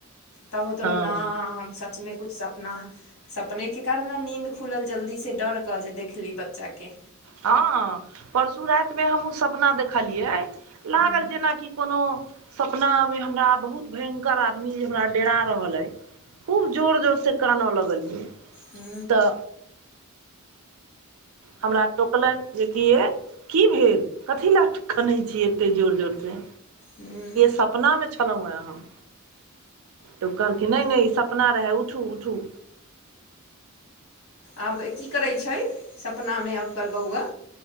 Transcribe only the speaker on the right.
हँ
हँ परसु रातमे हमहुूँ सपना देखलियै लागल
जेनाकि कोनो सपना मे हमरा बहुत भयं्कर आदमी जे हमरा देरा रहल अय खूब जोर जोर से कानऽ लगलियै
तऽ हमरा टोकलन जेकि य की भेल कथी लए क खनै छीयै एतेक जोर जोरसँ
सपना मे छलहुं हे हम तऽ ओ कहलखिन नहि नहि ई सप अपना रहै उठू उठू